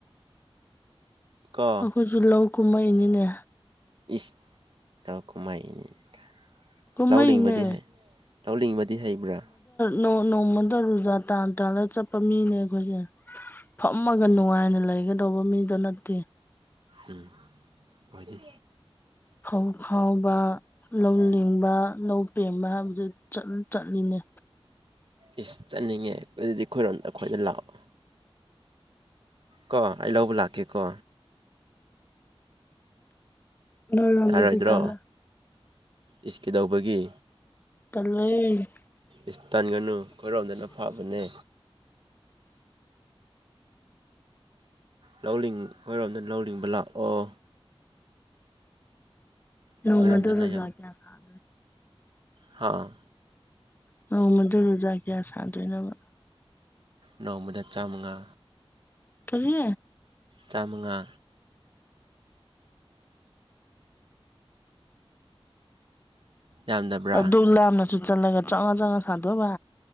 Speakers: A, on the right; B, on the left.
A: ꯀꯣ
B: ꯑꯩꯈꯣꯏꯁꯨ ꯂꯧ ꯀꯨꯝꯃꯛꯏꯅꯤꯅꯦ
A: ꯏꯁ ꯂꯧ ꯀꯨꯝꯃꯛꯏꯅꯤ ꯀꯥ
B: ꯀꯨꯝꯃꯛꯏꯅꯦ
A: ꯂꯧ ꯂꯤꯡꯕꯗꯤ ꯍꯩ ꯂꯧ ꯂꯤꯡꯕꯗꯤ ꯍꯩꯕ꯭ꯔꯥ
B: ꯅꯣꯡ ꯅꯣꯡꯃꯗ ꯔꯨꯖꯥ ꯇꯥꯟ ꯇꯥꯜꯂꯒ ꯆꯠꯄ ꯃꯤꯅꯦ ꯑꯩꯈꯣꯏꯁꯦ ꯐꯝꯃꯒ ꯅꯨꯡꯉꯥꯏꯅ ꯂꯩꯒꯗꯧꯕ ꯃꯤꯗꯣ ꯅꯠꯇꯦ
A: ꯎꯝ ꯄꯥꯏꯗꯦ
B: ꯐꯧ ꯈꯥꯎꯕ ꯂꯧ ꯂꯤꯡꯕ ꯂꯧ ꯄꯦꯡꯕ ꯍꯥꯏꯕꯖꯦ ꯆꯠ ꯆꯠꯂꯤꯅꯦ
A: ꯏꯁ ꯆꯠꯅꯤꯡꯉꯦ ꯑꯗꯨꯗꯤ ꯑꯩꯈꯣꯏꯔꯣꯝꯗ ꯑꯩꯈꯣꯏꯗ ꯂꯥꯛꯑꯣ ꯀꯣ ꯑꯩ ꯂꯧꯕ ꯂꯥꯛꯀꯦ ꯀꯣ
B: ꯅꯣꯏꯔꯣꯝꯗꯗꯤ
A: ꯌꯥꯔꯣꯏꯗ꯭ꯔꯣ
B: ꯇꯜꯂꯦ
A: ꯏꯁ ꯀꯩꯗꯧꯕꯒꯤ
B: ꯇꯜꯂꯦ
A: ꯏꯁ ꯇꯟꯒꯅꯨ ꯑꯩꯈꯣꯏꯔꯣꯝꯗꯅ ꯐꯕꯅꯦ ꯂꯧ ꯂꯤꯡ ꯑꯩꯈꯣꯏꯔꯣꯝꯗ ꯂꯧꯂꯤꯡꯕ ꯂꯥꯛꯑꯣ
B: ꯅꯣꯡꯃꯗ
A: ꯑꯩꯈꯣꯏꯔꯣꯝꯗꯅ
B: ꯔꯣꯖꯥ ꯀꯌꯥ ꯁꯥ
A: ꯍꯥꯥ
B: ꯅꯣꯡꯃꯗ ꯔꯣꯖꯥ ꯀꯌꯥ ꯁꯥꯗꯨꯏꯅꯣꯕ
A: ꯅꯣꯡꯃꯗ ꯆꯥꯝꯃꯉꯥ
B: ꯀꯔꯤ
A: ꯆꯥꯝꯃꯉꯥ ꯌꯥꯝꯗꯕ꯭ꯔꯥ
B: ꯑꯗꯨꯛ ꯂꯥꯞꯅꯁꯨ ꯆꯠꯂꯒ ꯆꯧꯉꯥ ꯆꯧꯉꯥ ꯁꯥꯗꯣꯕ